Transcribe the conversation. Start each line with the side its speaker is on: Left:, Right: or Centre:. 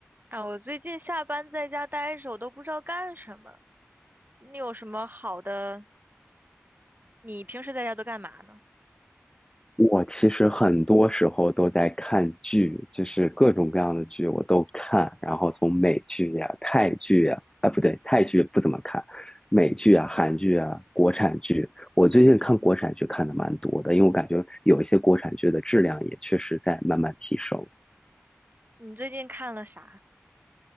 Right: 哎，我最近下班在家待着，我都不知道干什么。你有什么好的？你平时在家都干嘛呢？
Left: 我其实很多时候都在看剧，就是各种各样的剧我都看，然后从美剧呀、泰剧呀，啊不对，泰剧不怎么看，美剧啊、韩剧啊、国产剧，我最近看国产剧看的蛮多的，因为我感觉有一些国产剧的质量也确实在慢慢提升。
Right: 你最近看了啥？